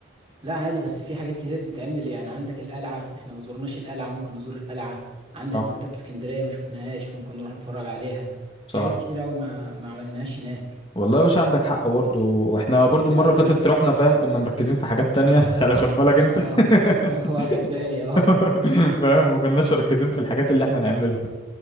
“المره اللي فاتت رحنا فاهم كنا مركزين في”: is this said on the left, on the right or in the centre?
Left